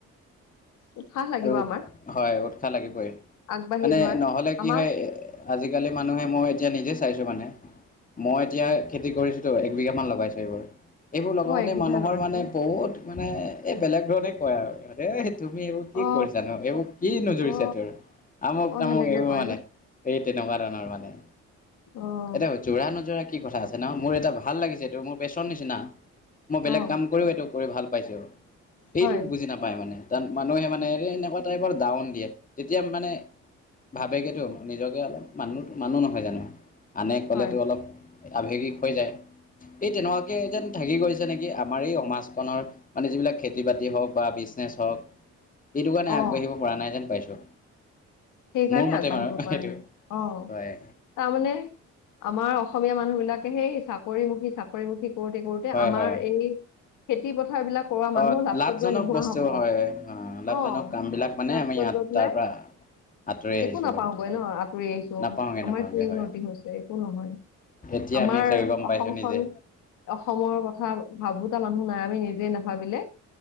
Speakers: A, on the left; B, on the left.
A: উৎসাহ লাগিব
B: আৰু
A: আমাৰ
B: হয় উৎসাহ লাগিবই,
A: আগবাঢ়ি
B: মানে
A: যোৱাৰ
B: নহ'লে
A: আমাক
B: কি হয় আজিকালি মানুহে মই এতিয়া নিজে চাইছো মানে মই এতিয়া খেতি কৰিছোতো একবিঘা মান লগাইছো এইবোৰ এইবোৰ লগাওঁতে
A: অ একবিঘা
B: মানুহৰ
A: লগাইছে
B: মানে
A: ন
B: বহুত মানে এই বেলেগ ধৰণে কয় আৰু ইিহঁতে তুমি এইবোৰ কি
A: অ
B: কৰিছানো এইবোৰ কি নোজুৰিছে
A: অ
B: তোৰ? আমুক
A: অ
B: তামুক
A: সেনেকে
B: এইবোৰ
A: কয়
B: মানে
A: ন
B: এই তেনেকুৱা ধৰণৰ মানে।
A: অহ।
B: এতিয়া যোৰা নোযোৰা কি কথা আছে ন মোৰ এটা ভাল লাগিছেটো মোৰ পেচন নিচিনা। মই
A: অ
B: বেলেগ কাম কৰিও এইটো কৰি ভাল পাইছো। সেইটোক
A: হয়
B: বুজি নাপায় মানে ত মানুহে মানে এনেকুৱা টাইপৰ ডাউন দিয়ে তেতিয়া মানে ভাবেগেতো নিজকে অলপ মানুহ মানুহ নহয় জানো আনে ক'লেতো
A: হয়
B: অলপ আৱেগিক হৈ যায়, এই তেনেকুৱাকৈ যেন থাকি গৈছে নেকি আমাৰ এই সমাজখনত মানে যিবিলাক বাতি হওঁক বা বিজনেচ হওঁক এইটো কাৰণে
A: অ
B: আগবাঢ়িব পৰা নাই যেন পাইছোঁ।
A: সেইকাৰণে
B: মোৰ মতে
A: আগবাঢ়িব
B: বাৰু
A: পৰা
B: সেইটো
A: নাই অহ।
B: হয়
A: তাৰমানানে আমাৰ অসমীয়া মানুহ বিলাকে সেই চাকৰিমুখী চাকৰিমুখী কৰোতে কৰোতে
B: হয়
A: আমাৰ
B: হয়
A: এই খেতি পথাৰ বিলাক সৰু সুৰা মানুহ
B: অ'
A: লাষ্টত
B: লাভজনক
A: গৈ নোহোৱা
B: বস্তু
A: হব,
B: হয় লাভজনক
A: অ
B: কামবিলাক মানে
A: লাষ্টত
B: আমি ইয়াত
A: গৈপিলাই
B: তাৰ পৰা আঁতৰি আহিছোঁ
A: একো নাপাও
B: বহুতখিনি
A: গৈ ন আঁতৰি আহিছো
B: নাপাওঁগে
A: আমাৰ
B: নাপাওঁগে
A: কি
B: হয়
A: উন্নতি হৈছে একো নহয়।
B: এতিয়া
A: আমাৰ
B: আমি চাগে গম
A: অসম
B: পাইছোঁ
A: খন
B: নিজে
A: অসমৰ কথা ভাবোতা মানুহ নাই আমি নিজে নাভাবিলে